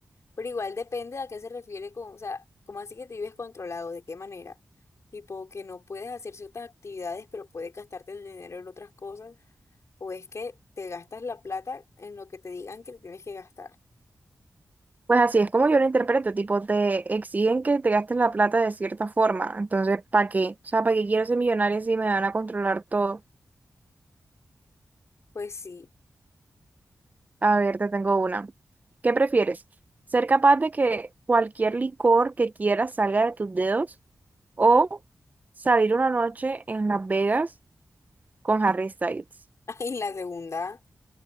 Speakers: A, on the left; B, on the right.
A: Pero igual depende a qué se refiere con, o sea, ¿cómo así que te vives controlado? ¿De qué manera? Tipo, que no puedes hacer ciertas actividades, pero puedes gastarte el dinero en otras cosas o es que te gastas la plata en lo que te digan que tienes que gastar.
B: Pues así es como yo lo interpreto, tipo, te exigen que te gastes la plata de cierta forma, entonces, ¿para qué? O sea, ¿para qué quiero ser millonaria si me van a controlar todo?
A: Pues sí.
B: A ver, te tengo una. ¿Qué prefieres? ¿Ser capaz de que cualquier licor que quieras salga de tus dedos o salir una noche en Las Vegas con Harry Styles?
A: <laughs> Y la segunda,